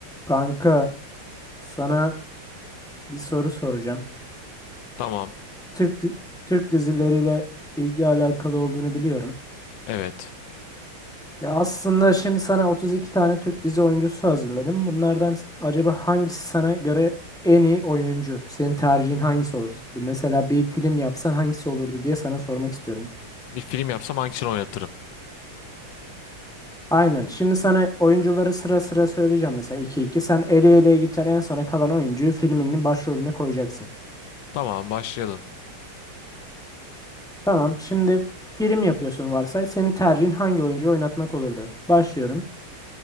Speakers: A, in the centre; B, on the left.
A: Kanka sana bir soru soracağım.
B: Tamam.
A: Türk di- Türk dizileriyle ilgi alakalı olduğunu biliyorum.
B: Evet.
A: Ya aslında şimdi sana 32 tane Türk dizi oyuncusu hazırladım. Bunlardan s- acaba hangisi sana göre en iyi oyuncu? Senin tercihin hangisi olurdu? Mesela bir film yapsan hangisi olurdu diye sana sormak istiyorum.
B: Bir film yapsam hangisini oynatırım?
A: Aynen. Şimdi sana oyuncuları sıra sıra söyleyeceğim. Mesela iki iki. Sen eleye eleye gideceksin. En sona kalan oyuncuyu filminin başrolüne koyacaksın.
B: Tamam başlayalım.
A: Tamam. Şimdi film yapıyorsun varsay. Senin tercihin hangi oyuncuyu oynatmak olurdu? Başlıyorum.